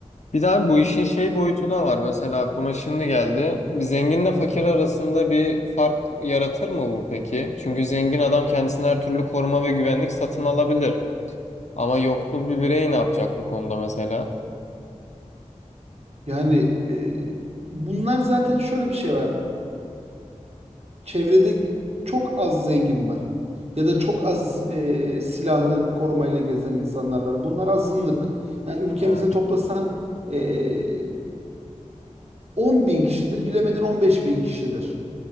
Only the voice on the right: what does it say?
Yani e, bunlar zaten şöyle bir şey var. Çevrede çok az zengin var. Ya da çok az e, silahlı korumayla gezen insanlar var. Bunlar azınlık. Yani ülkemize
toplasan e, 10 bin kişidir, bilemedin 15 bin kişidir.